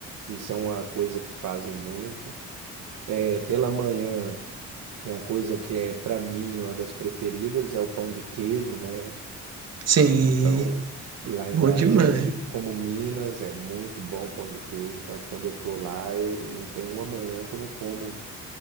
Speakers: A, on the right; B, on the right.
A: Isso é uma coisa que fazem muito. É, pela manhã, uma coisa que é para mim uma das preferidas é o pão de queijo, né?
B: Sim,
A: Então, lá em
B: bom
A: Goiás
B: demais.
A: é tipo como Minas, é muito bom pão de queijo. Tanto quando eu tô lá, eu não tenho uma manhã que eu não como